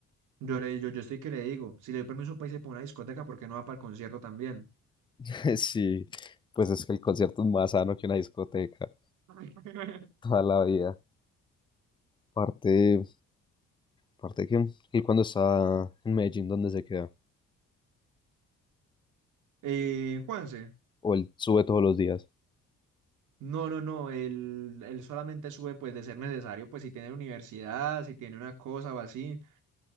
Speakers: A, on the right; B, on the left.
A: Yo le yo, yo estoy que le digo, si le doy permiso para irse para una discoteca, ¿por qué no va para el concierto también?
B: <laughs> Sí, pues es que el concierto es más sano que una discoteca,
A: <laughs>
B: toda la vida. Aparte, aparte que, y cuando está en Medellín, ¿dónde se queda?
A: Eh, Juanse,
B: O él sube todos los días.
A: no, no, no, él, él solamente sube pues de ser necesario, pues si tiene universidad, si tiene una cosa o así,